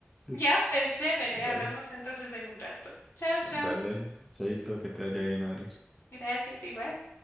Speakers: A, in the centre; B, on the left.
A: Listo.
B: Ya, pues chévere,
A: Dale.
B: hablamos entonces en un rato. Chao, chao.
A: Dale. Chaito, que te vaya bien, Adri.
B: Gracias, igual.